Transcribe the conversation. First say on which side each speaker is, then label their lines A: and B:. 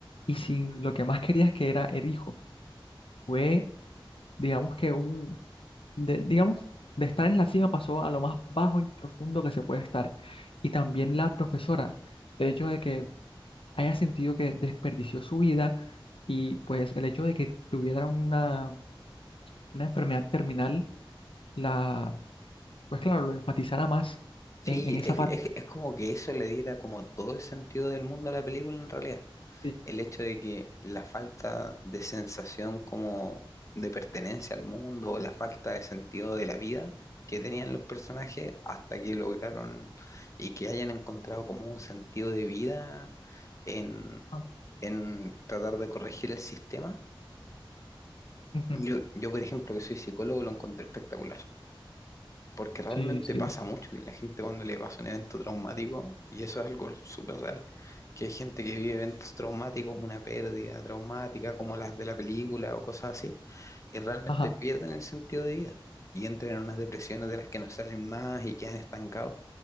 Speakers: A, on the left; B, on the left.
A: y sin lo que más quería que era el hijo. Fue, digamos que un, de- digamos, de estar en la cima pasó a lo más bajo y profundo que se puede estar. Y también la profesora, el hecho de que haya sentido que desperdició su vida y pues el hecho de que tuviera una una enfermedad terminal, la, pues claro, lo enfatizará más
B: Sí,
A: en, en esa
B: es,
A: parte.
B: que- es, que- es como que eso le diera como todo el sentido del mundo a la película en realidad.
A: Sí,
B: el hecho de que la falta de sensación como de pertenencia al mundo, o la falta de sentido de la vida que tenían los personajes hasta que lograron y que hayan encontrado como un sentido de vida en,
A: Ah,
B: en tratar de corregir el sistema.
A: ujú,
B: Yo, yo, por ejemplo, que soy psicólogo, lo encontré espectacular. Porque realmente
A: sí, sí.
B: pasa mucho que la gente cuando le pasa un evento traumático, y eso es algo súper real, que hay gente que vive eventos traumáticos, una pérdida traumática como las de la película o cosas así, y realmente
A: Ajá.
B: pierden el sentido de vida y entran en unas depresiones de las que no salen más y quedan estancados.